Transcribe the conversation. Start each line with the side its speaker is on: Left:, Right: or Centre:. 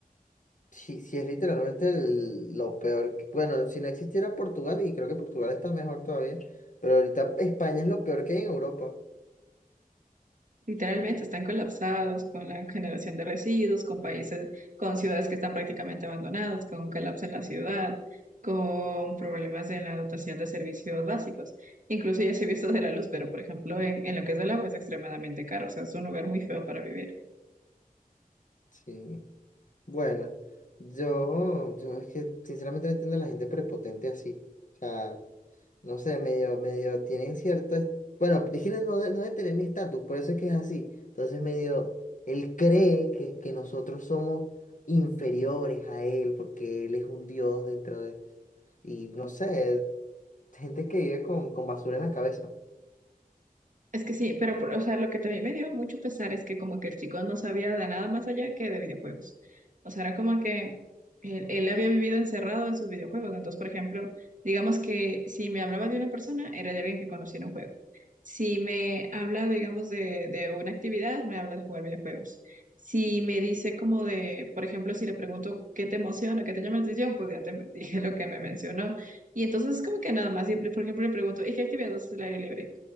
Left: sí sí es literalmente el- lo peor. que- bueno, si no existiera Portugal, y creo que Portugal está mejor todavía, pero ahorita España es lo peor que hay en Europa.
Right: Literalmente están colapsados con la generación de residuos, con países, con ciudades que están prácticamente abandonadas, con un colapso en la ciudad, con problemas en la dotación de servicios básicos. Incluso ya se vio esto de la luz, pero por ejemplo en, en lo que es del agua es extremadamente caro, o sea, es un lugar muy feo para vivir.
Left: Sí. Bueno, yo, yo es que sinceramente no entiendo a la gente prepotente así. O sea. no sé, medio, medio, tienen cierto, est- bueno, Priscila no, de- no debe tener mi estatus, por eso es que es así. Entonces medio, él cree que, que nosotros somos inferiores a él, porque él es un dios dentro de, y no sé, gente que vive con, con basura en la cabeza.
Right: Es que sí, pero o sea, lo que también me dio mucho pesar es que como que el chico no sabía de nada más allá que de videojuegos. O sea, era como que él, él había vivido encerrado en sus videojuegos. Entonces, por ejemplo, digamos que si me hablaba de una persona, era de alguien que conocía en un juego. Si me habla, digamos, de, de una actividad, me habla de jugar videojuegos. Si me dice como de, por ejemplo, si le pregunto qué te emociona, qué te llama la atención, pues ya te <laughs> dije lo que me mencionó. Y entonces como que nada más, y, por ejemplo, le pregunto, ¿y qué actividad haces al aire libre?